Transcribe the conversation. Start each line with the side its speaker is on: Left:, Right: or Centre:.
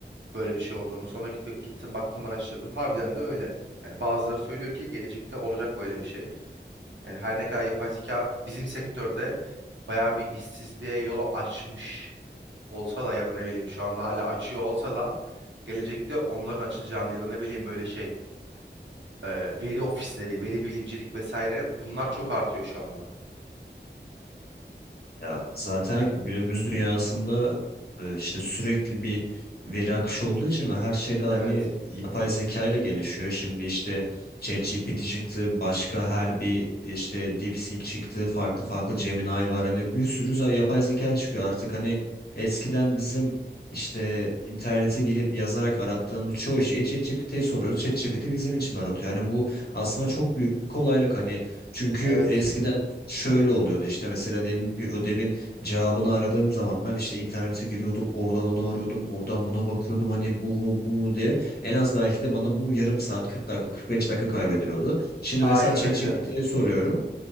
Right: böyle bir şey olduğunu. Sonra git- gittim baktım araştırdım. Harbiden de öyle. Yani bazıları söylüyor ki gelecekte olacak böyle bir şey. Yani her ne kadar yapay zeka bizim sektörde bayağı bir işsizliğe yolu açmış olsa da ya da ne bileyim şu anda hala açıyor olsa da gelecekte onların açılacağını ya da ne bileyim böyle şey e, veri ofisleri, veri bilimcilik vesaire bunlar çok artıyor şu anda.
Left: Ya zaten
Right: Hep
Left: günümüz dünyasında e, işte sürekli bir veri akışı olduğu için ve her şey de hani
Right: evet.
Left: yapay zeka ile gelişiyor. Şimdi işte ChatGPT çıktı, başka her bir işte DeepSeek çıktı, farklı farklı Gemini var. Hani bir sürü za- yapay zeka çıkıyor artık. Hani eskiden bizim işte internete girip yazarak arattığımız çoğu şeyi ChatGPT'ye soruyoruz. ChatGPT bizim için aratıyor. Hani bu aslında çok büyük bir kolaylık. Hani çünkü
Right: Evet.
Left: eskiden Şöyle oluyordu işte mesela diyelim bir ödevin cevabını aradığım zaman ben işte internete giriyordum oradan onu arıyordum oradan buna bakıyordum hani bu mu bu mu diye en az belki de bana bu yarım saat 40 dakika 45 dakika kaybediliyordu Şimdi
Right: Aynen
Left: mesela ChatGPT'ye
Right: öyle.
Left: soruyorum.